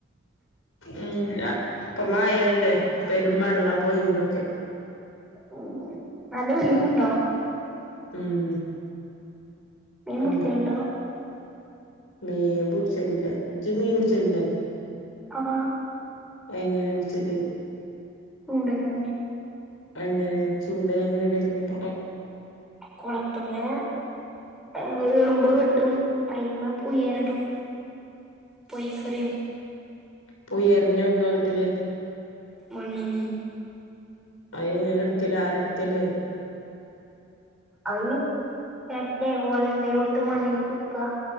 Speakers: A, on the left; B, in the centre.
A: ഇല്ല ഇപ്പ മാഴല്ലേ? പെരും വെള്ള പൊയിലൊക്കെ.
B: ഉം നല്ല ഒലിവുണ്ടോ?
A: ഉം
B: മീൻ
A: അല്ല
B: പിടിക്കലുണ്ടോ?
A: മീൻ പുടിച്ചലില്ല. ഇജ്ജ് മീൻ പിടിച്ചല്ണ്ടോ?
B: ആഹ്
A: എങ്ങനെയാ പിടിച്ചല്?
B: ചൂണ്ടൽമേ
A: എങ്ങനെ ചൂണ്ടലങ്ങനെ ഇടലെന്ന് പറാ
B: കൊളത്ത്മ്മേൽ ഏഹ് എറുമ്പ് കെട്ടും അയിമ്മേ പുയേറിടും പൊയീക്കെറിയും
A: പുഴെറിഞ്ഞാ എവിടന്നാ കിട്ടല്?
B: മണ്ണ്ന്ന്
A: അയ് എങ്ങനെ എടുക്കല്? ആരാ എടുക്കല്?
B: അത് തെർറ്റേ ഓലേ എന്തേലും എടുത്ത് മണ്ണില് കുത്തുക.